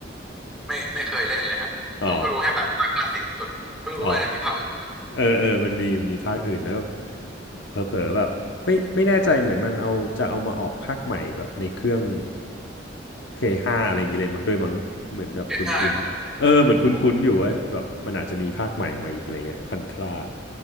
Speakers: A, in the centre; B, on the left.
A: ไม่ไม่เคยเล่นเลยฮะรู้ก็รู้แค่แบบภาคคลาสสิกสุดเพิ่งรู้ว่านะมีภาคอื่น
B: อ๋ออ๋อเออเออมันมีมันมีภาคอื่นแล้วก็เผลอๆแบบไม่ไม่แน่ใจเหมือนมันเอาจะเอามาออกภาคใหม่แบบในเครื่อง Play 5อะไรอย่างงี้เลยมั้งด้วยมั้งเหมือนแบบคุ้นๆเออเหมือนคุ้นๆอยู่ว่าแบบมันอาจจะมีภาคใหม่ออกมาอีกอะไรเงี้ยคอนทรา
A: เอห้าเลยเหรอโอ้